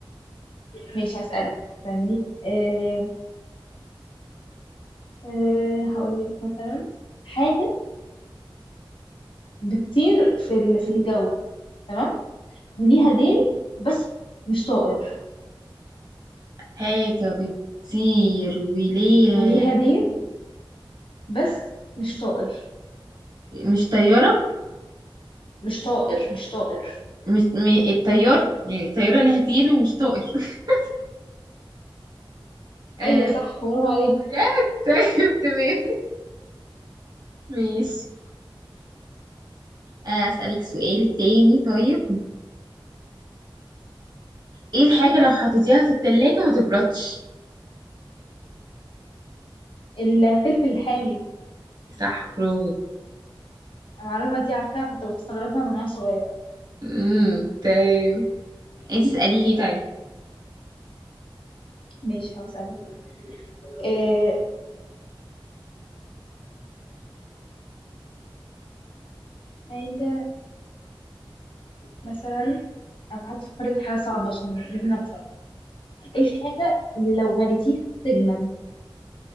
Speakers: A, on the left (about 75°); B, on the right (about 50°).
A: ماشي هسألك استني إيه إيه هقول لك مثلا حاجة بتطير في ال- في الجو تمام وليها ديل بس مش طائر
B: حاجة بتطير وليها
A: وليها ديل بس مش طائر
B: مش طيارة
A: مش طائر مش طائر
B: مش م... الطيارة يعني الطيارة ليها تيل ومش طائر <laughs> آه...
A: ايوه صح برافو عليك
B: لا طيب تمام ماشي آه، أسألك سؤال تاني طيب ايه الحاجة لو حطيتيها في التلاجة ما تبردش
A: الفلفل الحامي
B: صح برافو
A: المعلومة دي عارفاها كنت بستغربها من وانا صغير
B: امم تمام انتي اسأليني طيب
A: ماشي هسألك إيه حاجة مثلا ابقى هتفكري في حاجه صعبه عشان لازم اكسب ايه الحاجه اللي لو غليتيها تجمد